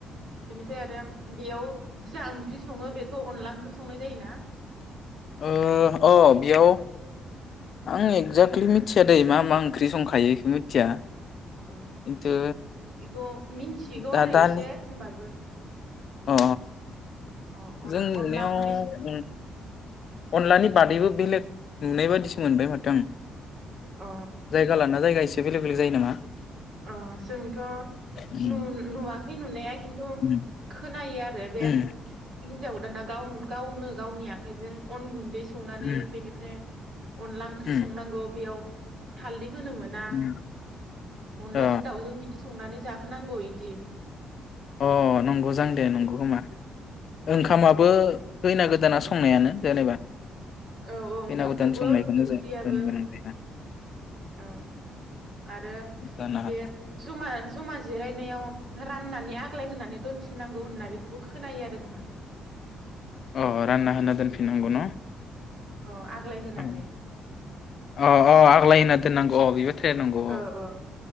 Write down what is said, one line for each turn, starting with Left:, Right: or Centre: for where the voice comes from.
Right: बेनिफ्राय आरो बेयाव जा ओंख्रि सङो बे थ' अनला ओंख्रि संनाय जायो ना?
Left: ओ अ बेयाव आं एक्जेक्टलि मिथिया दै मा मा ओंख्रि संखायो बेखौ मिथिया।
Right: अ
Left: खिन्थु
Right: बेखौ मिनथिगौ
Left: दा
Right: आरो
Left: दालि
Right: एसे होमबाबो।
Left: अ अ।
Right: अ अन
Left: जों नुनायाव
Right: अनला ओंख्रि
Left: उम अनलानि बादैबो बेलेग नुनाय बादिसो मोनबाय माथो आं।
Right: अ
Left: जायगा लाना जायगासै बे बेलेग बेलेग जायो नामा?
Right: अ जोंथ'
Left: उम
Right: नु नुवाखै नुनाया खिन्थु
Left: उम
Right: खोनायो आरो बे
Left: उम
Right: हिनजा गोदाना गाव गावनो गावनि आखाइजों अन गुन्दै संनानै
Left: उम
Right: बेनिफ्राय अनला ओंख्रि
Left: उम
Right: संनांगौ बेयाव, हाल <unintelligible> होनो मोना
Left: उम
Right: अनलाजों
Left: अ
Right: दउजों बिदि संना नानै जाहोनांगौ इदि
Left: अ नंगौ जां दे नंगौ खोमा, ओंखामाबो
Right: औ
Left: खैना गोदाना संनायानो जेनेबा,
Right: औ औ ओंखामखौबो
Left: खैना गोदान संनायखौनो
Right: ओंख्रियाबो
Left: जों होनो गोनां जायो
Right: औ आरो
Left: जानो
Right: बे
Left: हागौ
Right: जमा जमा जिरायनायाव राननानै, आग्लाय होनानै दोनफिननांगौ होनना बेखौबो खोनायो आरो जोङो,
Left: अ रानना होना दोनफिननांगौ न'
Right: औ आग्लाय होनानै
Left: अ अ आग्लाय होनना दोननांगौ अ बेबो थार नांगौ अ
Right: औ औ